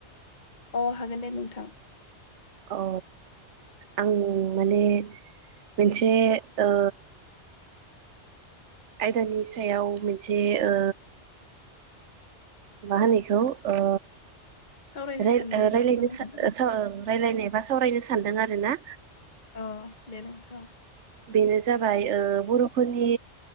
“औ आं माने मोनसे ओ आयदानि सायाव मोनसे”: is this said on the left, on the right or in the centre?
Right